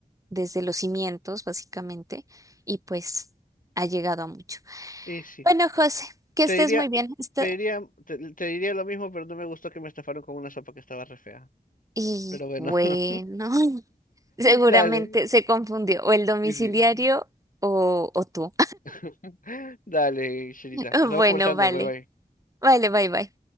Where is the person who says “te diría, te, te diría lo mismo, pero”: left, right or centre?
Left